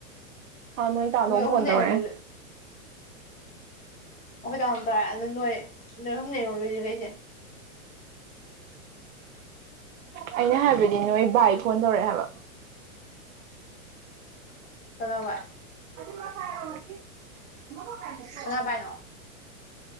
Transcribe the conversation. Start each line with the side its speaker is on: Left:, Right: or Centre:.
Right: ꯑꯥ ꯇꯥꯗꯣ
Left: ꯅꯣꯏ ꯑꯍꯨꯝꯅ
Right: ꯐꯣꯟ ꯇꯧꯔꯛꯑꯦ
Left: ꯑꯩꯉꯣꯟꯗ ꯑꯩꯈꯣꯏ ꯇꯥꯝ ꯇꯧꯔꯦ ꯑꯗꯣ ꯅꯣꯏ ꯅꯣꯏ ꯍꯨꯝ ꯂꯩ ꯌꯦꯔꯣ ꯂꯣꯏꯁꯤꯈꯩꯁꯦ
Right: ꯑꯩꯅ ꯍꯥꯏꯕꯗꯤ ꯅꯣꯏ ꯕꯥꯏ ꯐꯣꯟ ꯇꯧꯔꯛꯑꯦ ꯍꯥꯏꯕ <unintelligible>
Left: ꯀꯅꯥ ꯋꯥꯏ
Right: <inaudible>
Left: ꯀꯅꯥ ꯄꯥꯢꯅꯣ